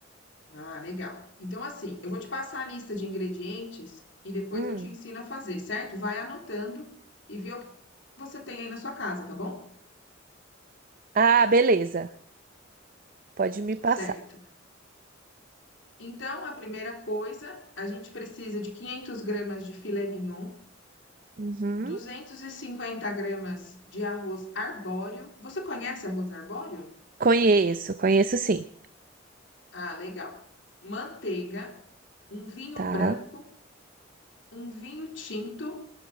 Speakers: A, on the left (about 65°); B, on the right (about 45°).
A: Ah, legal. Então, assim, eu vou te passar a lista de ingredientes e depois
B: Hum.
A: eu te ensino a fazer, certo? Vai anotando e vê o que você tem aí na sua casa, tá bom?
B: Ah, beleza. Pode me passar.
A: Certo. Então, a primeira coisa, a gente precisa de 500 gramas de filé mignon,
B: Uhum.
A: 250 gramas de arroz arbóreo. Você conhece arroz arbóreo?
B: Conheço, conheço sim,
A: Ah, legal. Manteiga, um vinho
B: tá?
A: branco, um vinho tinto.